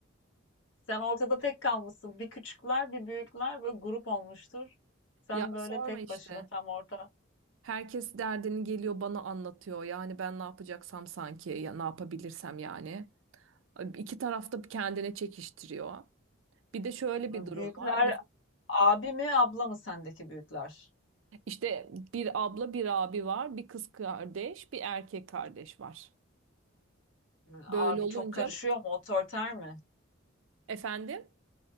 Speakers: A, on the left; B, on the right.
A: <laughs> Sen ortada tek kalmışsın. Bir küçükler, bir büyükler böyle grup olmuştur. Sen
B: Ya
A: böyle
B: sorma
A: tek
B: işte.
A: başına tam orta.
B: Herkes derdini geliyor bana anlatıyor. Yani ben ne yapacaksam sanki ya ne yapabilirsem yani. İki tarafta kendine çekiştiriyor. Bir de şöyle
A: Büyükler
B: bir durum var. Biz,
A: abi mi, abla mı sendeki büyükler?
B: işte bir abla bir abi var. Bir kız kardeş bir erkek kardeş var.
A: Abi
B: Böyle olunca
A: çok karışıyor mu, otoriter mi?
B: efendim.